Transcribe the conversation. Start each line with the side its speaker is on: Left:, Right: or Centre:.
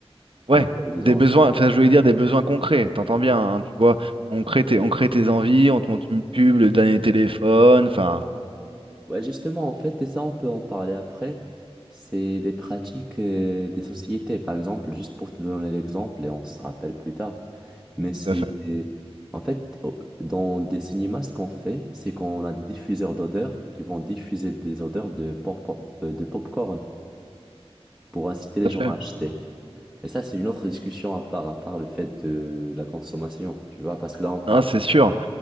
Right: Ouais,
Centre: même pas des besoins.
Right: c'est des besoins, enfin je voulais dire des besoins concrets, t'entends bien, hein, tu vois. On crée tes, on crée tes envies, on te monte une pub, le dernier téléphone, enfin.
Centre: Ouais, justement, en fait, et ça, on peut en parler après. C'est les pratiques euh, des sociétés, par exemple, juste pour te donner l'exemple, et on se rappelle plus tard. Mais c'est,
Right: Tout à fait,
Centre: en fait, au- dans des cinémas, ce qu'on fait, c'est qu'on a des diffuseurs d'odeurs qui vont diffuser des odeurs de, pop de popcorn pour inciter les
Right: tout à
Centre: gens
Right: fait.
Centre: à acheter. Mais ça, c'est une autre discussion à part, à part le fait de la consommation, tu vois, parce que là, on parle.
Right: Non, c'est sûr.